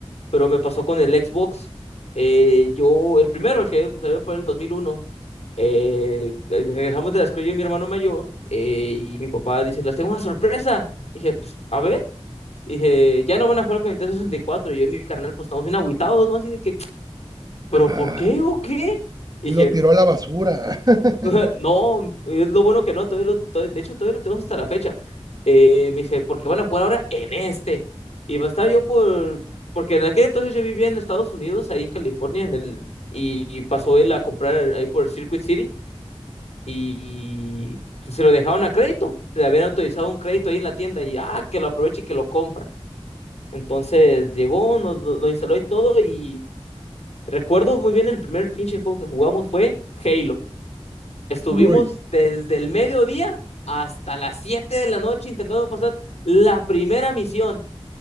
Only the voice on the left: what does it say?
pero me pasó con el Xbox. Eh, yo, el primero, el que salió por el 2001, eh, eh, regresamos de la escuela yo y mi hermano mayor, eh, y mi papá dice, las tengo una sorpresa. Dije, "Pues, a ver. Dije, ya no van a jugar con Nintendo 64. Y cuatro. Y yo y mi carnal, pues estamos bien agüitados, ¿no? Así de que, ¿pero
por qué o qué? Dije,
<laughs> No, es lo bueno que no, todavía lo- todavía- de hecho todavía lo tenemos hasta la fecha. Eh, me dice, porque van a jugar ahora en este. Y pues, estaba yo por, porque en aquel entonces yo vivía en Estados Unidos, ahí en California, en el, y, y pasó él a comprar ahí por Circuit City y se lo dejaron a crédito, le habían autorizado un crédito ahí en la tienda y ah, que lo aproveche y que lo compra. Entonces llegó, nos lo, lo instaló y todo y recuerdo muy bien el primer pinche juego que jugamos fue Halo. Estuvimos
desde el mediodía hasta las 7 de la noche intentando pasar la primera misión.